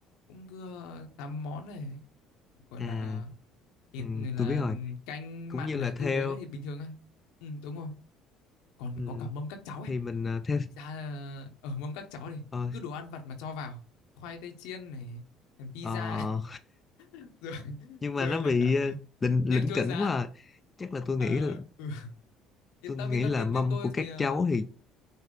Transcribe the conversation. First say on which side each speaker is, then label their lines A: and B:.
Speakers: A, on the left (about 80°); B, on the left (about 25°).
A: cũng cứ ờ, tám món này gọi
B: À.
A: là thịt
B: Ừ.
A: này là
B: Tôi biết rồi.
A: canh
B: Cũng
A: mặn
B: như là
A: đấy
B: theo
A: ừ thế cái thịt bình thường á ừ đúng rồi còn
B: ừ.
A: có cả mâm các cháu ấy
B: thì mình ờ, theo
A: thực ra ờ, ở mâm các cháu thì
B: ờ,
A: cứ đồ ăn vặt mà cho vào khoai tây chiên này ờ, pizza
B: ờ,
A: <laughs> rồi
B: nhưng
A: rồi
B: mà nó
A: là
B: bị
A: cả
B: ờ,
A: ờ,
B: lỉnh
A: nem
B: lỉnh
A: chua
B: kỉnh
A: rán
B: quá à. Chắc là tôi
A: Ờ,
B: nghĩ là
A: ừ. yên
B: tôi
A: tâm
B: nghĩ
A: yên tâm
B: là
A: bên
B: mâm
A: bên tôi
B: của
A: thì
B: các
A: ờ,
B: cháu thì